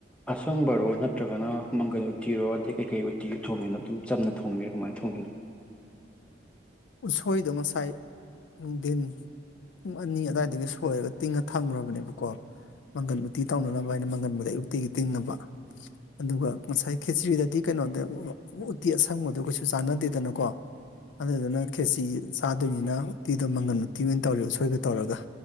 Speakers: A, in the centre; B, on the left.
A: ꯑꯁꯪꯕꯔꯣ ꯅꯠꯇ꯭ꯔꯒꯅ ꯃꯪꯒꯟ ꯎꯇꯤꯔꯣ ꯑꯗꯩ ꯀꯩꯀꯩ ꯎꯇꯤ ꯊꯣꯡꯉꯤꯅꯣ ꯑꯗꯨꯝ ꯆꯝꯅ ꯊꯣꯡꯉꯤꯔꯣ ꯀꯃꯥꯏꯅ ꯊꯣꯡꯉꯤꯅꯣ
B: ꯎꯁꯣꯏꯗꯣ ꯉꯁꯥꯏ ꯅꯨꯡꯊꯤꯟ ꯄꯨꯡ ꯑꯅꯤ ꯑꯗꯨꯋꯥꯏꯗꯒꯤ ꯁꯣꯏꯔꯒ ꯇꯤꯡꯉ ꯊꯝꯈ꯭ꯔꯕꯅꯦꯕꯀꯣ ꯃꯪꯒꯟ ꯎꯇꯤ ꯇꯧꯅꯅꯕ ꯍꯥꯏꯅ ꯃꯪꯒꯟꯕꯨꯗꯩ ꯑꯌꯨꯛꯇꯩ ꯇꯤꯡꯉꯕ ꯑꯗꯨꯒ ꯉꯁꯥꯏ ꯈꯦꯆ꯭ꯔꯤꯗꯗꯤ ꯀꯩꯅꯣꯒ ꯎꯇꯤ ꯑꯁꯪꯕꯗꯣ ꯀꯩꯁꯨ ꯆꯥꯟꯅꯗꯦꯗꯅꯀꯣ ꯑꯗꯨꯗꯨꯅ ꯈꯦꯆꯤ ꯆꯥꯗꯣꯏꯅꯤꯅ ꯎꯇꯤꯗꯣ ꯃꯪꯒꯟ ꯎꯇꯤ ꯑꯣꯏꯅ ꯇꯧꯔꯦ ꯎꯁꯣꯏꯒ ꯇꯧꯔꯒ